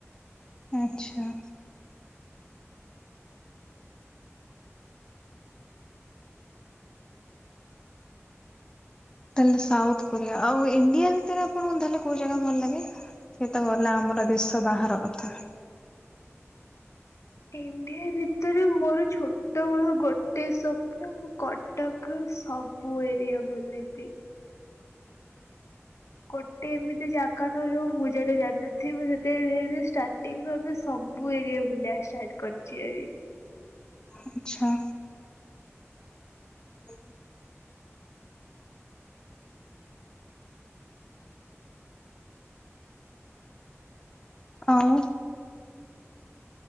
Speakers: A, on the left (about 15°); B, on the left (about 70°).
A: ଆଚ୍ଛା। ତାହେଲେ ସାଉଥ କୋରିଆ ଆଉ ଇଣ୍ଡିଆ ଭିତରେ ଆପଣଙ୍କୁ ତାହେଲେ କୋଉ ଜାଗା ଭଲ ଲାଗେ। ସେ ତ ଗଲା ଆମର ଦେଶ ବାହାର କଥା।
B: ଇଣ୍ଡିଆ ଭିତରେ ମୋର ଛୋଟବେଳୁ ଗୋଟେ ସପ ନା ମୁଁ କଟକର ସବୁ ଏରିଆ ବୁଲିଚି। ଗୋଟେ ଏମିତି ଜାଗା ନଉ ଜଉ ମୁଁ ଜଉଟା ଜାଣିନାଇଁ। ମୁଁ ସେତ ଧୀରେ ଧରେ ଷ୍ଟାର୍ଟିଙ୍ଗ ରୁ ଏବେ ସବୁ ଏରିଆ ବୁଲିବା ଷ୍ଟାର୍ଟ କରିଛି ଆଜି।
A: ଆଚ୍ଛା। ହ ଆଉ।